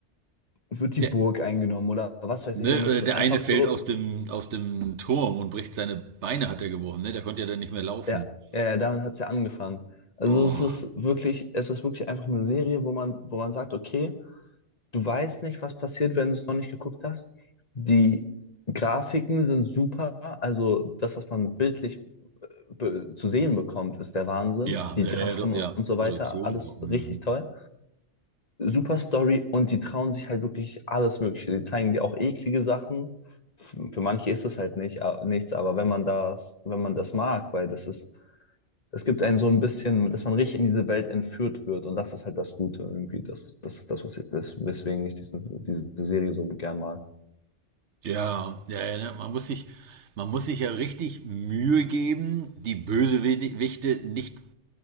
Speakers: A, on the left; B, on the right.
A: wird die
B: Der,
A: Burg eingenommen oder was weiß
B: ne,
A: ich. Und
B: äh,
A: es ist
B: der
A: einfach
B: eine fällt
A: so,
B: aus dem, aus dem Turm und bricht seine Beine, hat er gebrochen. Ne? Der konnte ja dann nicht mehr laufen.
A: Ja, ja, ja, damit hat es ja angefangen. Also
B: Boah.
A: es ist wirklich, es ist wirklich einfach eine Serie, wo man, wo man sagt, okay, du weißt nicht, was passiert, wenn du es noch nicht geguckt hast. Die Grafiken sind super, also das, was man bildlich be- zu sehen bekommt, ist der Wahnsinn.
B: Ja,
A: Die
B: ja,
A: Drachen
B: ja, ja, doch,
A: und
B: ja,
A: so weiter,
B: Produktion.
A: alles
B: und so, mhm.
A: richtig toll. Super Story und die trauen sich halt wirklich alles Mögliche. Die zeigen dir auch eklige Sachen. F- Für manche ist das halt nicht, äh, nichts, aber wenn man das, wenn man das mag, weil das ist es gibt einen so ein bisschen, dass man richtig in diese Welt entführt wird. Und das ist halt das Gute irgendwie. Das, ist- das ist das, was ich, das, weswegen ich diesen, diese Serie so gern mag.
B: Ja, ja, ja, ne, man muss sich, man muss sich ja richtig Mühe geben, die Bösewichte nicht